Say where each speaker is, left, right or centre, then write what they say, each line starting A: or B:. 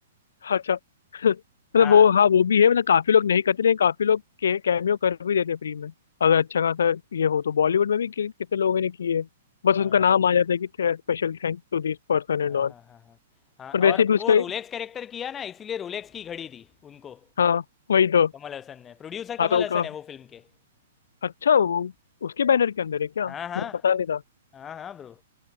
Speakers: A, on the left (about 70°); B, on the left (about 20°).
A: अच्छा <laughs> मतलब
B: हाँ,
A: वो हाँ वो भी है मतलब काफी लोग नहीं करते लेकिन काफी लोग के, कैमियो कर भी देते फ्री में अगर अच्छा खासा ये हो तो बॉलीवुड में भी कि, कितने लोगों ने किए बस
B: हाँ
A: उनका नाम
B: भाई।
A: आ जाता है कि special thanks to this person and
B: हाँ,
A: all
B: हाँ, हाँ, हाँ। हाँ,
A: पर वैसे
B: और
A: भी उसका
B: वो रोलेक्स कैरेक्टर किया ना इसीलिए रोलेक्स की घड़ी दी उनको
A: हाँ वही तो
B: कमल हसन ने। प्रोड्यूसर
A: हाँ
B: कमल
A: तो
B: हसन
A: का
B: है वो फ़िल्म के।
A: अच्छा वो उसके बैनर के अंदर है क्या
B: हाँ,
A: मेरे
B: हाँ।
A: को पता नहीं था
B: हाँ, हाँ ब्रो।